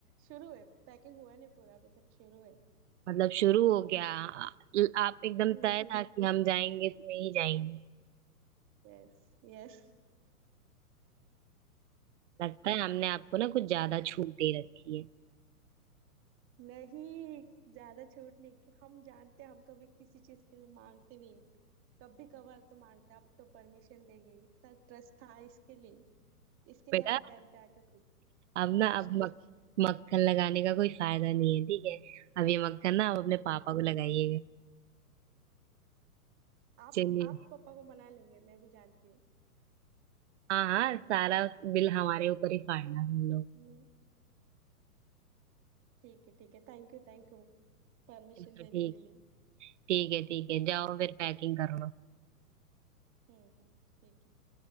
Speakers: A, on the right; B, on the right.
A: शुरू है पैकिंग हुआ नहीं पूरा अभी तक शुरू है
B: मतलब शुरू हो गया आ- आप एकदम
A: हम्म
B: तय था कि हम जाएंगे तो नहीं जाएंगे
A: यस यस
B: लगता है हमने आपको ना कुछ ज्यादा छूट दे रखी है
A: नहीं ज्यादा छूट नहीं कि हम जानते हैं हम कभी किसी चीज के लिए मांगते नहीं कभी कभार तो मांगते हैं, अब तो परमिशन देंगे इतना ट्रस्ट था इसके लिए इसके
B: बेटा
A: लिए एंड टाइम पे आके पूछ
B: अब
A: परमिशन
B: ना अब मक,
A: ली
B: मक्खन लगाने का कोई फायदा नहीं है ठीक है अब ये मक्खन ना आप अपने
A: हम्म
B: पापा को लगाइएगा
A: आप
B: चलिए
A: आप पापा को मना लेंगे मैं भी जानती हूँ
B: हाँ हाँ सारा बिल हमारे ऊपर ही फाड़ना तुम लोग
A: हम्म ठीक है ठीक है thank you thank you permission
B: चलो
A: देने
B: ठीक
A: के लिए
B: ठीक है ठीक है जाओ
A: हम्म
B: फिर पैकिंग करो
A: हम्म हम्म, ठीक है